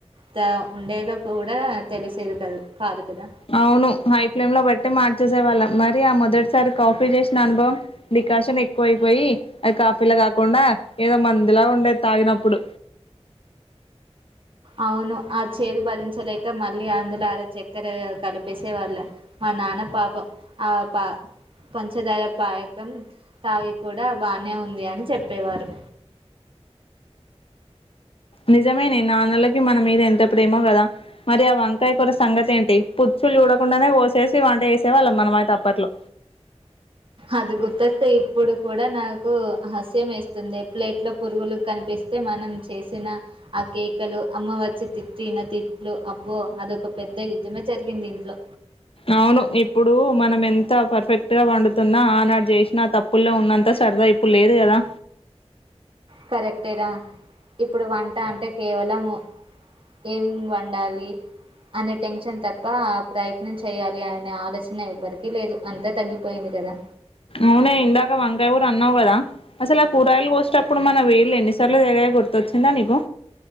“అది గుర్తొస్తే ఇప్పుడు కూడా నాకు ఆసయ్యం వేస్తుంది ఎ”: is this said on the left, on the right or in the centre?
Right